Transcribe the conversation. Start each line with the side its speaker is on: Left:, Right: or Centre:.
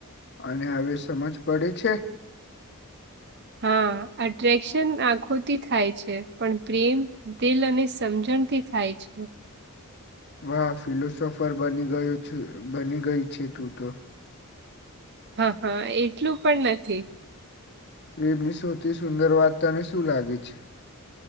Left: અને હવે સમજ પડે છે
Right: હા અટ્રેક્શન આંખોથી થાય છે પણ પ્રેમ દિલ અને સમજણથી થાય છે <inaudible>
Left: વાહ ફિલોસોફર બની ગયો છું બની ગઈ છે તું તો
Right: હા હા એટલું પણ નથી
Left: પ્રેમની સૌથી સુંદર વાત તને શું લાગે છે?